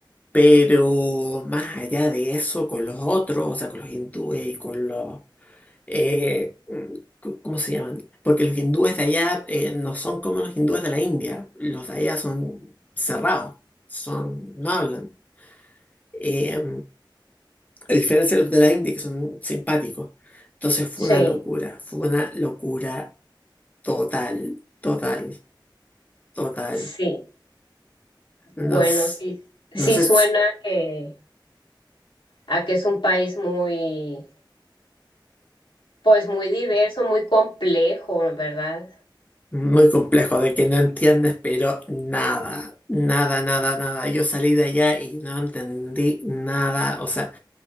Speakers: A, on the left (about 20°); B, on the left (about 75°).
A: pero más allá de eso, con los otros, o sea, con los hindúes y con los... eh, c- ¿cómo se llaman? Porque los hindúes de allá eh, no son como los hindúes de la India. Los de allá son cerrados, son, no hablan. Eh, a diferencia de los de la India, que son simpáticos. Entonces fue
B: sí,
A: una locura, fue una locura total, total, total.
B: sí,
A: Nos,
B: bueno, sí, sí
A: no sé.
B: suena que, a que es un país muy Pues muy diverso, muy complejo, ¿verdad?
A: Muy complejo, de que no entiendes, pero nada, nada, nada, nada. Yo salí de allá y no entendí nada, o sea,